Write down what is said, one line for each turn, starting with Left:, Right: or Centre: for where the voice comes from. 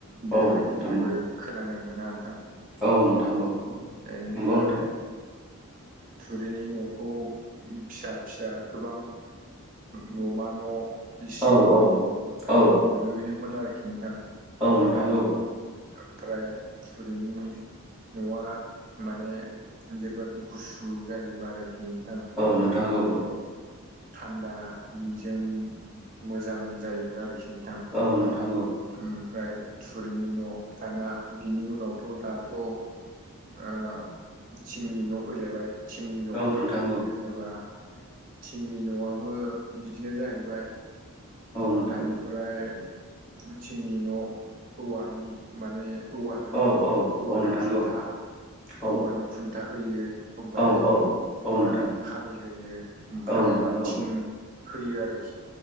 Right: बेबायदि
Centre: औ नोंथां
Right: जेबो खोनानो मोना नोंथां
Centre: औ नोंथां औ नोंथां औ
Right: बेनिफ्राय
Centre: नंगौ नोंथां
Right: थुरिनि न'खौ फिसा फिसा गोबां न'मा न' इसिं
Centre: औ
Right: न'
Centre: औ औ
Right: लुयोमोन आरोखि नोंथां
Centre: औ नोंथां औ
Right: ओमफ्राय थुरिनि न'आ माने जोबोद गुसु जायोबो आरोखि नोंथां
Centre: औ नोंथां
Right: माने
Centre: औ
Right: थानदानि जोम मोजां जायोमोन आरोखि नोंथां
Centre: औ नोंथां औ नोंथां औ
Right: ओमफ्राय थुरिनि न' दाना बिनि उनावथ' दाथ' आ थिंनि न' फैलायबाय थिंनि न'खौ
Centre: औ नोंथां
Right: बोरै लुयो होनोबा थिंनि न'आबो बिदिनो जाहैबाय
Centre: औ नोंथां
Right: आरो बे ओमफ्राय थिंनि न' औवानि माने औवाजों
Centre: औ
Right: औ
Centre: नोंथां
Right: खुनथा
Centre: औ औ
Right: औवानि खुनथा होयो ओमफ्राय
Centre: औ औ
Right: औवानि
Centre: नोंथां
Right: खामि होयो ओमफ्राय
Centre: औ नोंथां औ
Right: थिं होयो आरोखि